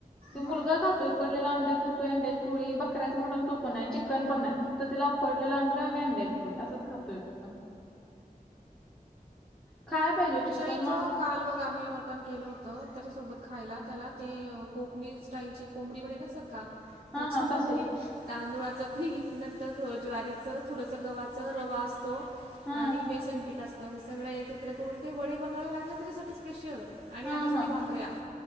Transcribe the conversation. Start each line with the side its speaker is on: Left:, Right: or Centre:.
Centre: ते
Right: बापरे
Centre: मुलगा खातो. उकडलेला अंड खातोय. अंड्याची पोळी. बकऱ्याच मटण तो पण नाय चिकन पण नाय. त त्याला. उकडलेला अंडा आणि अंड्याच्या पोळी. असंच खातोय तो पण. खायला पाहिजे
Right: आमच्या
Centre: चिकन
Right: इथ.
Centre: मा
Right: काल बघा आम्ही मटण केलं होतं. त्याच्यासोबत खायला. त्याला ते कोकनीच स्टाईलचे कोंबडी वडे नसातात का? त्याच्यामध्ये
Centre: हा हा तसे
Right: तांदुळाचं पीठ. नंतर ज्वारीचं थोडंसं, गव्हाचं, रवा असतो.
Centre: हा
Right: आणि बेसनपीठ असत. सगळं एकत्र करून ते वडे बनवावे लागले. त्याच्यासाठी स्पेशल. आणि
Centre: हा
Right: आमच्यासाठी
Centre: हा
Right: भाकऱ्या.